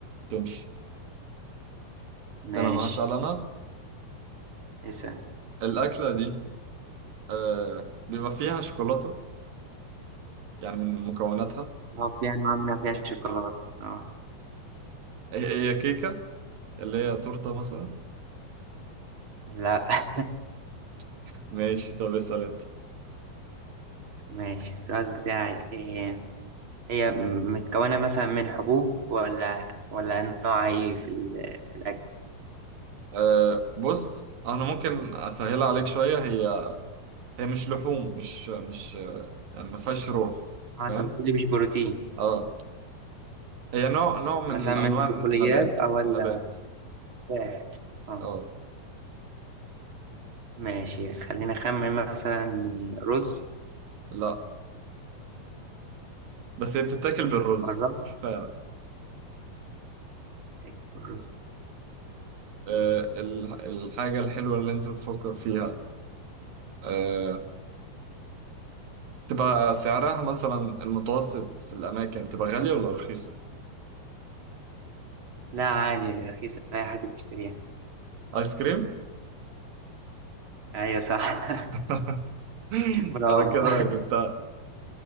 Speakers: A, on the right (about 70°); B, on the right (about 40°).
A: تمشي
B: ماشي
A: تمام هسأل أنا
B: اسأل
A: الأكلة دي آه بيبقى فيها شوكولاتة يعني من مكوناتها
B: اه في انواع منها فيها شوكولاتة اه
A: هي هي كيكة اللي هي تورتة مثلا
B: لا
A: <laughs> ماشي طب اسأل أنت
B: <laughs> ماشي السؤال بتاعي إيه هي متكونة مثلا من حبوب ولا ولا نوع ايه في ال- في الأكل
A: آه بص أنا ممكن أسهلها عليك شوية هي هي مش لحوم مش مش آه، يعني ما فيهاش روح
B: اه
A: فاهم
B: انت قلت لي مش بروتين
A: اه هي نوع نوع من
B: مثلا من
A: أنواع
B: البقوليات
A: النبات
B: او ال
A: نبات
B: فات. اه
A: اه
B: ماشي خلينا نخمن مثلا رز
A: لا بس هي بتتاكل بالرز
B: طب قربت
A: فعلا
B: تاكل الرز
A: آه
B: مم.
A: ال- الحاجة الحلوة اللي أنت بتفكر فيها آه، تبقى سعرها مثلا المتوسط في الأماكن تبقى غالية ولا رخيصة؟
B: لا عادي رخيصة أي حد بيشتريها
A: آيس كريم؟
B: أيوة صح <laughs>
A: <laughs>
B: برافو
A: أنا كده جبتها